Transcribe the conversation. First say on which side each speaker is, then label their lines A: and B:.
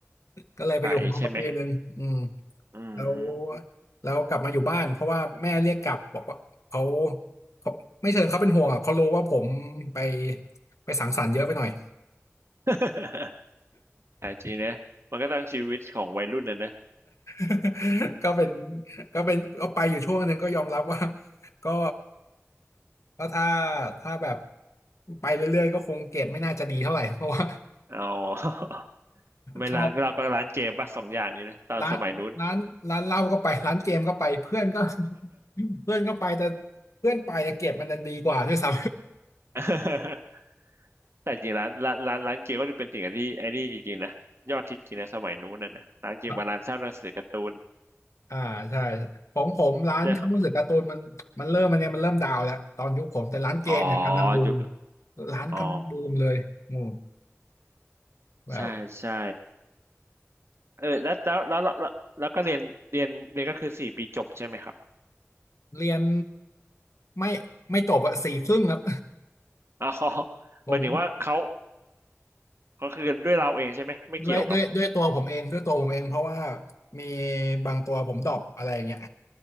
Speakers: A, on the left; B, on the right.
A: ก็เลยไปอยู่หอมาปีหนึ่งอืม
B: ไก่ใช่ไหมอืม
A: แล้วแล้วกลับมาอยู่บ้านเพราะว่าแม่เรียกกลับบอกว่าเขาเขาไม่เชิญเขาเป็นห่วงอะเขารู้ว่าผมไปไปสังสรรค์เยอะไปหน่อย
B: <laughs> แต่จริงนะมันก็ต้องชีวิตของวัยรุ่นนะนะ
A: <laughs> ก็เป็นก็เป็นก็ไปอยู่ช่วงหนึ่งก็ยอมรับว่าก็ก็ถ้าถ้าแบบไปเรื่อยๆก็คงเกรดไม่น่าจะดีเท่าไหร่เพราะว่า
B: อ๋อ <laughs> ไม่ร้านเราก็ร้านเกมป่ะสองอย่างนี้นะตอนสมัยนู้น
A: ชอบร้านร้านร้านเหล้าก็ไปร้านเกมก็ไปเพื่อนก็ <laughs> เพื่อนก็ไปแต่เพื่อนไปแต่เกรดมันดันดีกว่าด้วยซ้
B: <laughs> แต่จริงร้านร้านร้านร้านเกมก็เป็นสิ่งที่ไอ้นี่จริงๆนะยอดฮิตจริงนะสมัยนู้นนะนะร้านเกมกับร้านเช่าหนังสือการ์ตูน
A: ำ อ่าใช่ของผมร้านท้หนังสือการ์ตูนมันมันเริ่มมันเนี่ยมันเริ่มดาวน์แล้วตอนยุคผมแต่ร้านเกมเนี่ยกำลังบูม
B: เรื่องของอ๋อยุค
A: ร้านกำลังบูมเลยหมู่
B: อ๋อ
A: แบบ
B: ใช่ใช่เออแล้วแล้วแล้วแล้วแล้วแล้วก็เรียนเรียนเรียนก็คือสี่ปีจบใช่ไหมครับ
A: เรียนไม่ไม่จบอะสี่ครึ่งครับ
B: อ๋อ <laughs>
A: <laughs> ผม
B: หมายถึงว่าเขาเขาคือด้วยเราเองใช่ไหมไม่เกี่ยวกับ
A: ด้วยด้วยด้วยตัวผมเองด้วยตัวผมเองเพราะว่ามีบางตัวผมดรอปอะไรอย่างเงี้ย